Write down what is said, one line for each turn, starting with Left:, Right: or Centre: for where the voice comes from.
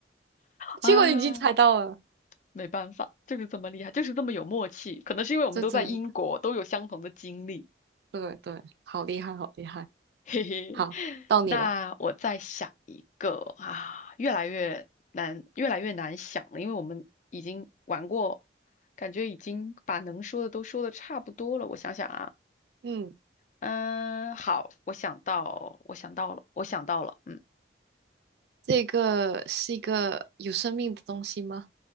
Left: 啊，
Right: 结果你已经猜到了，
Left: 没办法，就是这么厉害，就是这么有默契。可能是因为我们都在英国，
Right: 这真
Left: 都有相同的经历。
Right: 对对，好厉害，好厉害。
Left: <laughs> 嘿嘿，
Right: 好，
Left: <laughs>
Right: 到你了。
Left: 那我再想一个啊，越来越难，越来越难想了，因为我们已经玩过，感觉已经把能说的都说的差不多了。我想想啊，
Right: 嗯，
Left: 嗯，好，我想到，我想到了，我想到了，嗯，
Right: 这个是一个有生命的东西吗？